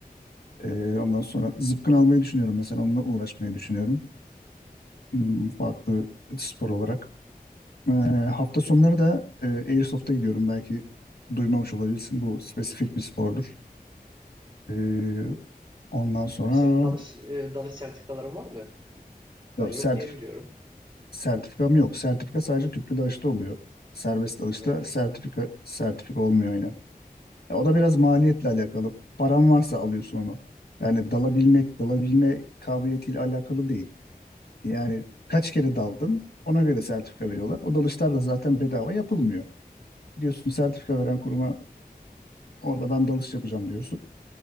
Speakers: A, on the left (about 80°); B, on the right (about 30°).
A: Ee, ondan sonra zıpkın almayı düşünüyorum mesela. Onunla uğraşmayı düşünüyorum. Hmm, farklı spor olarak. Ee, hafta sonları da e, Airsoft'a gidiyorum. Belki duymamış olabilirsin. Bu spesifik bir spordur. Ee, ondan sonra
B: Senin dalış, e, dalış sertifikaların var mı? Ben yok
A: Sertif
B: diye biliyorum.
A: Sertifikam yok. Sertifika sadece tüplü dalışta oluyor. Serbest dalışta
B: Evet.
A: sertifika sertifika olmuyor yine. E, o da biraz maliyetle alakalı. Param varsa alıyorsun onu. Yani dalabilmek, dalabilme kabiliyetiyle alakalı değil. Yani kaç kere daldın ona göre sertifika veriyorlar. O dalışlar da zaten bedava yapılmıyor. Gidiyorsun sertifika veren kuruma orada ben dalış yapacağım diyorsun.